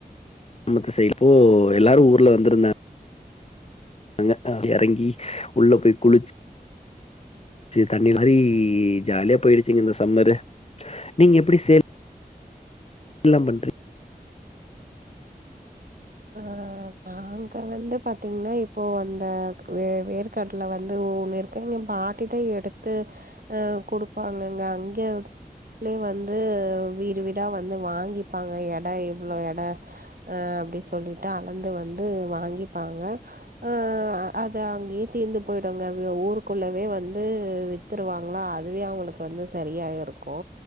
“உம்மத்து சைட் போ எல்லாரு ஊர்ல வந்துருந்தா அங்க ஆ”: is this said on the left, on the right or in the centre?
Left